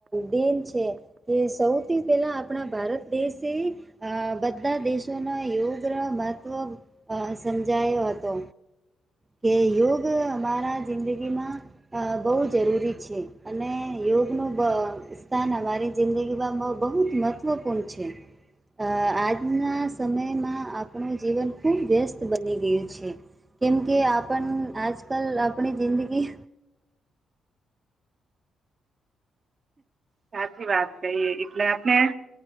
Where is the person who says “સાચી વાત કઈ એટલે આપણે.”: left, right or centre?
Right